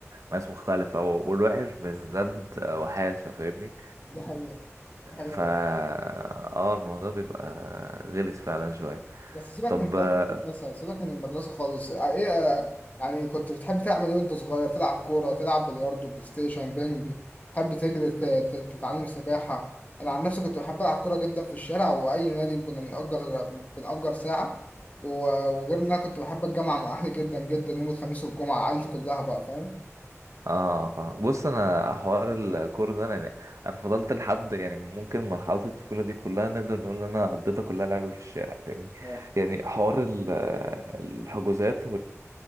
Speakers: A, on the right; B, on the left.
A: ناس مختلفه والوحش بيزداد وحاشه فاهمني
B: دي حقيقة دي حقيقة
A: فا
B: والله.
A: اه الموضوع بيبقى غلس فعلا شوية
B: بس سيبك
A: طب
B: من حوارات
A: مم.
B: المدرسة سيبك من المدرسة خالص إيه يعني كنت بتحب تعمل ايه وانت صغير تلعب كورة تلعب بلياردو بلاي ستيشن بينج تحب تجري ت- ت- تتعلم سباحة انا عن نفسي كنت بحب العب كورة جدا في الشارع واي نادي كنا بنأجر بنأجر ساعة و- وغير ان انا كنت بحب الجامعة مع اهلي جدا جدا يوم الخميس والجمعة عيلتي كلها بقى فاهم
A: اه فاهم بص انا حوار الكورة ده انا يعني انا فضلت لحد يعني ممكن مرحلة الطفولة دي كلها نقدر نقول ان انا قضيتها كلها لعب في الشارع فاهمني
B: اه
A: يعني حوار ال- الحجوزات